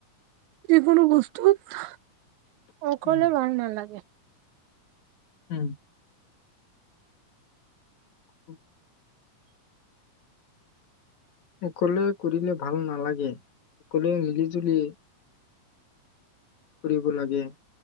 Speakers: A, on the right; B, on the left.
A: যিকোনো বস্তুত অকলে
B: উম,
A: ভাল নালাগে
B: উম উম সকলোৱে কৰিলে ভাল নালাগে সকলোৱে মিলি জুলি কৰিব লাগে